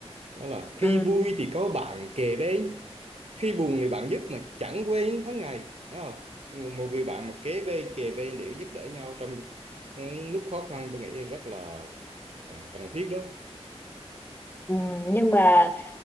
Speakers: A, on the right (about 70°); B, on the left (about 20°).
A: đó là khi
B: ừ,
A: vui thì có bạn kề bên khi buồn thì bạn giúp mà chẳng quê những tháng ngày đúng không một người bạn mà kế bên kề bên để giúp đỡ nhau trong ừ, lúc khó khăn tôi nghĩ rất là ờ, cần thiết đó
B: ừ. nhưng mà